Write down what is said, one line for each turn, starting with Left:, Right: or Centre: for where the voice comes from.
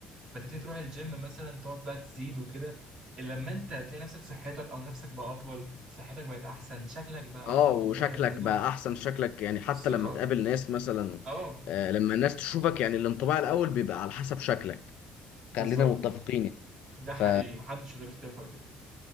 Right: فتبتدي تروح الجيم مثلا تقعد بقى تزيد وكده إلا لما انت هتلاقي نفسك صحتك او نفسك بقى اطول صحتك بقت احسن شكلك بقى
Left: اه
Right: احسن
Left: وشكلك
Right: في المراية في الهدوم
Left: بقى احسن شكلك يعني حتى
Right: ثقة
Left: لما تقابل ناس مثلا
Right: اه
Left: آه، لما الناس تشوفك يعني الانطباع الاول بيبقى على حسب شكلك
Right: بالظبط
Left: خلينا متفقين يعني.
Right: ده حقيقي
Left: ف...
Right: محدش يقدر يختلف على كده